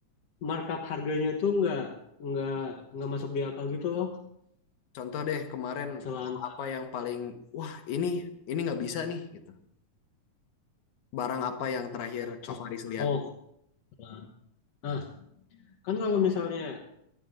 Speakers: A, on the left; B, on the left.
A: markup harganya tuh nggak nggak nggak masuk di akal gitu loh
B: Contoh deh kemarin
A: Celana
B: hal apa yang paling wah ini ini nggak bisa nih gitu. Barang apa yang terakhir
A: contoh.
B: Kak Faris lihat?
A: Nah, nah, kan kalau misalnya